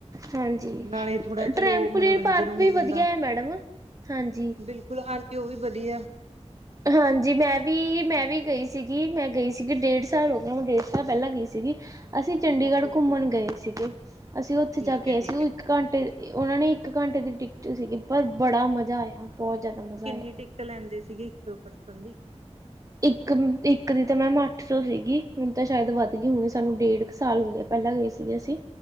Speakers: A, on the right; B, on the right.
A: -ਹਾਂਜੀ
B: ਨਾਲੇ ਥੋੜਾ ਚਲੋ
A: ਟਰੈਫਿਕ।
B: ਮਨੋਰੰਜਨ
A: ਪੁਲੀਨ ਪਾਰਕ
B: ਹੋ
A: ਵੀ
B: ਜਾਂਦਾ
A: ਵਧੀਆ ਹੈ ਮੈਡਮ ਹਾਂਜੀ।
B: ਬਿਲਕੁਲ <inaudible> ਉਹ ਵੀ ਵਧੀਆ ਹੈ।
A: ਹਾਂਜੀ ਮੈਂ ਵੀ ਮੈਂ ਵੀ ਗਈ ਸੀ। ਸੀਗੀ ਮੈਂ ਗਈ ਸੀਗੀ ਡੇਢ ਸਾਲ ਹੋ ਗਿਆ ਮੈਂ ਡੇਢ ਸਾਲ ਪਹਿਲਾਂ ਗਈ ਸੀਗੀ। ਅਸੀਂ ਚੰਡੀਗੜ੍ਹ
B: ਓਕੇ ਓਕੇ
A: ਘੁੰਮਣ ਗਏ ਸੀਗੇ। ਅਸੀਂ ਉੱਥੇ
B: ਠੀਕ
A: ਜਾ ਕੇਏ
B: ਹੈ ਠੀਕ
A: ਸੀ ਉਹ
B: ਹੈ
A: ਇੱਕ ਘੰਟੇ ਉਹਨਾਂ ਨੇ ਇੱਕ ਘੰਟੇ ਦੀ ਟਿਕਟ ਸੀਗੀ ਪਰ ਬੜਾ ਮਜ਼ਾ ਆਇਆ ਬਹੁਤ ਜ਼ਿਆਦਾ। ਮਜ਼ਾ
B: ਕਿੰਨੀ
A: ਆਇਆ
B: ਟਿਕਕ ਲੈਂਦੇ ਸੀਗੇ ਇੱਕ ਦੋ ਪਰਸਨ ਦੀ।
A: ਇੱਕ ਇੱਕ ਦੀ ਤਾਂ ਮੈਮ ਅੱਠ ਸੌ ਸੀਗੀ ਹੁਣ ਤਾਂ ਸ਼ਾਇਦ ਵੱਧ ਗਈ ਹੋਣੀ ਸਾਨੂੰ ਡੇਢ ਸਾਲ ਹੋ ਗਿਆ ਪਹਿਲਾਂ ਗਏ ਸੀਗੇ ਅਸੀ